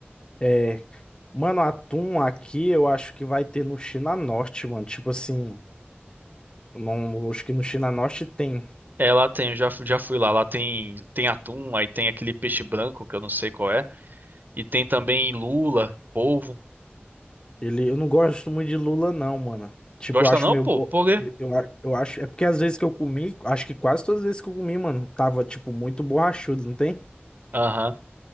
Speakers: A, on the left (about 25°); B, on the right (about 50°).
A: É, mano, atum aqui eu acho que vai ter no China Norte, mano. Tipo assim. Não, acho que no China Norte tem.
B: É, lá tem, eu já, fu- já fui lá. Lá tem, tem atum, aí tem aquele peixe branco, que eu não sei qual é. E tem também lula, polvo.
A: Ele, eu não gosto muito de lula, não, mano. Tipo,
B: Gosta
A: eu acho
B: não,
A: meio.
B: pô?
A: bo-
B: Por quê?
A: Eu, eu, a- eu acho. É porque às vezes que eu comi, acho que quase todas as vezes que eu comi, mano, tava, tipo, muito borrachudo, não tem?
B: Aham.